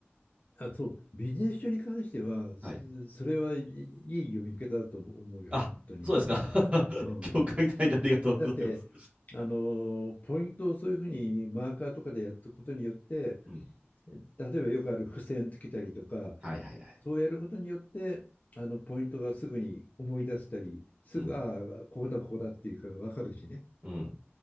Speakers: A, on the left; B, on the right.
A: ーあ、そう、ビジネス書に関しては、すそれはいいい読み方だと思うよ、
B: <laughs> はい。あ、
A: 本当に。
B: そうですか。<laughs>
A: うん。
B: 共感いていただいてありがとうございます。
A: うんだって、あの、ポイントをそういうふうにマーカーとかでやったことによって、
B: うん。
A: 例えばよくある付箋つけたりとか、
B: はいはいはい。
A: そうやることによって、あの、ポイントがすぐに思い出せたり、すぐ、
B: うん。
A: ああ、ここだ、ここだっていうか分かるしね。
B: うん。